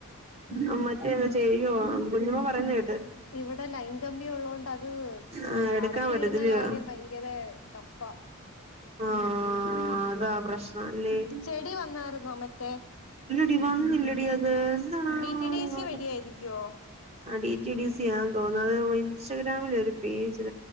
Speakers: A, on the right; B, on the left.
A: ആ മറ്റേത്
B: ആഹ്
A: ചെയ്യുവോ കുഞ്ഞപ്പാ യുന്നേ കേട്ട്
B: ഇവിടെ ലൈൻ കമ്പി ഉള്ളോണ്ട് അത് ആ
A: ആഹ് എടുക്കാൻ
B: അടത്തിയിടുന്ന
A: പറ്റത്തില്ലയോ
B: കാര്യം ഭയങ്കര ങ്കരേ ടഫ,
A: ആഹ്
B: മ്
A: അതാ പ്രശ്നം അല്ലേ
B: ചെടി വന്നായിരുന്നോ മറ്റേ
A: ടി വന്നില്ലടി അത് എന്താണാവോ
B: ഡി റ്റി ഡി സി വഴിയായിരിക്കുവോ?
A: ആ ഡി റ്റി ഡി സിയാന്ന് തോന്നുന്നു, അതാവുമ്പോ ഇൻസ്റ്റാഗ്രാമിലൊരു പേജ്